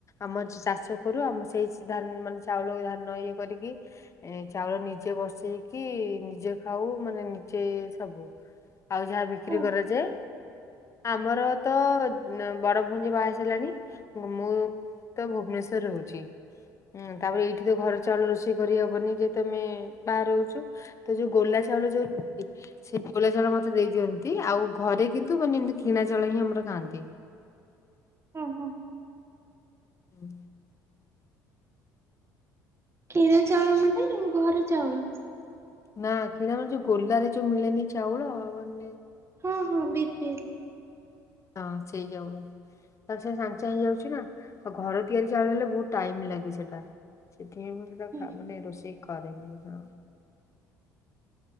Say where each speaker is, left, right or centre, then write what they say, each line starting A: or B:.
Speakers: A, on the left; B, on the right.
A: ଆମ ଚାଷ କରୁ ଆମ ସେଇ ଧାନ ମାନେ ଚାଉଳ ଧାନ ଇଏ କରିକି ଏ ଚାଉଳ ନିଜେ ବସେଇକି ନିଜେ ଖାଉ ମାନେ ନିଜେ ସବୁ ଆଉ ଯାହା ବିକ୍ରି
B: ହଁ
A: କରାଯାଏ ଆମର ତ ଅ ବଡ ଭଉଣୀ ଯିଏ ବାହାସାରିଲାଣି ମୁଁ ମୁଁ ତ ଭୁବନେଶ୍ଵର ରହୁଛି ଉଁ ତାପରେ ଏଇଠି ତ ଘର ଚାଉଳ ରୋ କରିହବନି ଯେହେତୁ ଆମେ ବାହାରେ ରହୁଛୁ ତ ଯୋଉ ଗୋଲା ଚାଉଳ ଯୋଉ ଇ ସେ ଗୋଲା ଚାଉଳ ମତେ ଦେଇ ଦିଅନ୍ତି ଆଉ ଘରେ କିନ୍ତୁ ମାନେ ଏମିତି କିଣା ଚାଉଳ ହିଁ ଆମ ଖାଆନ୍ତି।
B: ଓହୋ
A: ହୁଁ,
B: କିଣା ଚାଉଳ ମାନେ ଘର ଚାଉଳ?
A: ନା କିଣା ଯୋଉ ଗୋଲା ରେ ଯଉ ମିଳେନି ଚାଉଳ ଆମର ବି।
B: ହଁ ହଁ ବିପିଏଲ୍।
A: ହଁ ସେଇ ଚାଉଳ। ତା ଛଡା ସାଙ୍ଗେସାଙ୍ଗେ ଯାଉଛି ନା ଘର ତିଆରି ଚାଲିଲେ ବହୁତ୍ ଟାଇମ ଲାଗେ ସେଟା। <unintelligible>
B: ହୁଁ,
A: ମାନେ ରୋଷେଇ କରେନି ହଁ।